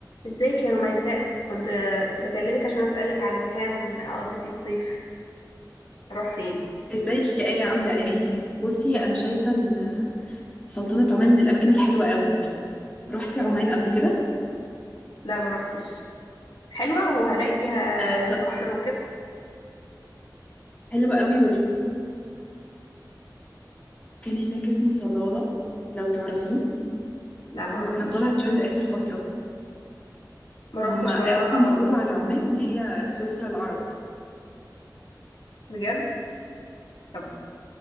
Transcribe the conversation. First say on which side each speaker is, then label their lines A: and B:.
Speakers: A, on the left; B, on the left.
A: ازيك يا رميساء كنت بكلمك عشان اسألك على مكان اقضي فيه الصيف اروح فين
B: ازيك يا آية عاملة ايه؟ بصي أنا شايفة إن سلطنة عمان من الأماكن الحلوة قوي رحتي عمان قبل كده؟
A: لا ما روحتش حلوة وهلاقي فيها
B: آه س-
A: بحر وكده
B: حلوة قوي وكان هناك اسمه صلالة لو تعرفيه
A: لا ما
B: هو
A: اعرفوش
B: كان طالع ترند آخر فترة
A: ما روحتش
B: هما أصلا
A: ولا مرة
B: بيقولوا على عمان إن هي سويسرا العرب
A: بجد طب